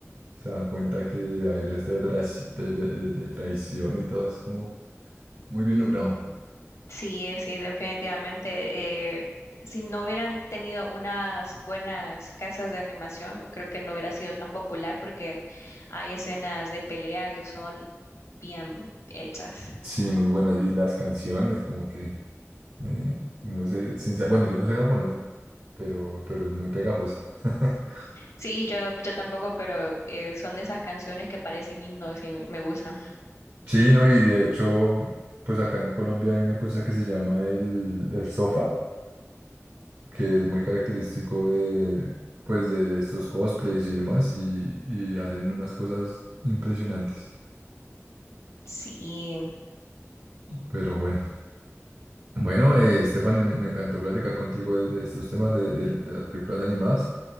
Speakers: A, on the right; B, on the left.
A: se dan cuenta que hay resto de, trai- de, de- de traición y todo, es como muy bien logrado.
B: Sí, sí, definitivamente. eh, si no hubieran tenido unas buenas casas de animación, creo que no hubiera sido tan popular porque hay escenas de pelea que son bien hechas.
A: Sí, muy buenas. Y las canciones, como que, eh, no sé, sin, sa- bueno, yo no sé japonés, pero, pero es muy pegajosa. <laughs>
B: Sí, yo, yo tampoco, pero eh, son de esas canciones que parecen himnos y me gustan.
A: Sí, no, y de hecho, pues acá en Colombia hay una cosa que se llama el, el sofa, que es muy característico de, pues de, de estos cosplays y demás, y, y hacen unas cosas impresionantes.
B: Sí.
A: Pero bueno, bueno, eh, Stephanie, me, me encantó platicar contigo de, de estos temas de, de de las películas animadas,